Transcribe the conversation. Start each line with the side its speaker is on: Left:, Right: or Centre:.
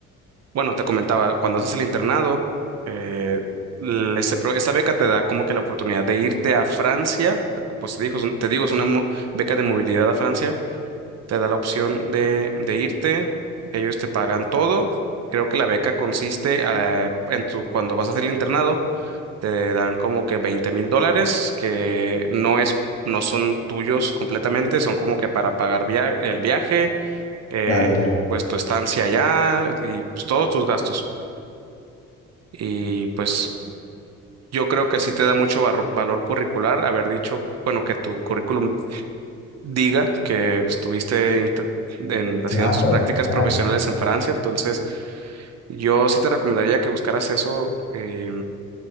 Right: bueno, te comentaba, cuando haces el internado, eh, l- este pro- esta beca te da como que la oportunidad de irte a Francia, eh, pues te digo, es un- te digo, es una mo- beca de movilidad a Francia, te da la opción de, de irte, ellos te pagan todo, creo que la beca consiste eh, en tu, cuando vas a hacer el internado, te dan como que veinte mil dólares, que no es... No son tuyos completamente, son como que para pagar via- el viaje, eh,
Left: claro, claro,
Right: pues tu estancia allá y pues todos tus gastos. Y pues yo creo que sí te da mucho barro- valor curricular haber dicho, bueno, que tu currículum diga que estuviste inte- en- haciendo
Left: claro,
Right: tus prácticas
Left: claro.
Right: profesionales en Francia. Entonces, yo sí te recomendaría que buscaras eso, eh,